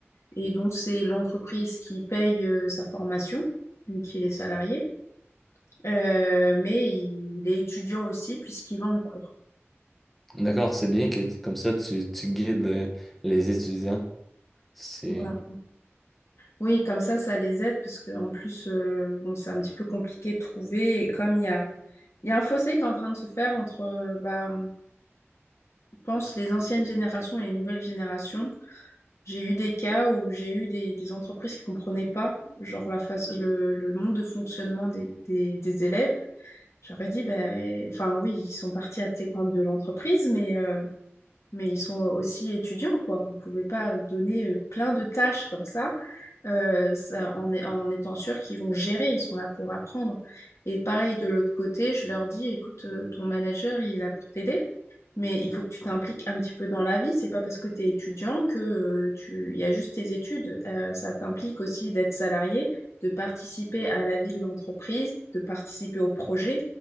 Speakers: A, on the left (about 80°); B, in the centre.
A: Et donc, c'est l'entreprise qui paye euh, sa formation, donc il est salarié. Euh, mais il est étudiant aussi puisqu'il va en cours.
B: D'accord, c'est bien que comme ça, tu, tu guides euh, les étudiants. C'est...
A: Voilà. Oui, comme ça, ça les aide parce qu'en plus, euh, bon, c'est un petit peu compliqué de trouver. Et comme il y a, il y a un fossé qui est en train de se faire entre euh, bah, pense les anciennes générations et les nouvelles générations, j'ai eu des cas où j'ai eu des, des entreprises qui comprenaient pas genre la face, le, le monde de fonctionnement des, des, des élèves. J'aurais dit, ben, enfin oui, ils sont partis à intégrante de l'entreprise, mais euh, mais ils sont aussi étudiants, quoi. Vous ne pouvez pas euh, donner euh, plein de tâches comme ça, euh, ça- en, est- en étant sûr qu'ils vont gérer, ils sont là pour apprendre. Et pareil, de l'autre côté, je leur dis, écoute, euh, ton manager, il est là pour t'aider, mais il faut que tu t'impliques un petit peu dans la vie. C'est pas parce que tu es étudiant que euh, tu, il y a juste tes études. Euh, ça t'implique aussi d'être salarié, de participer à la vie de l'entreprise, de participer au projet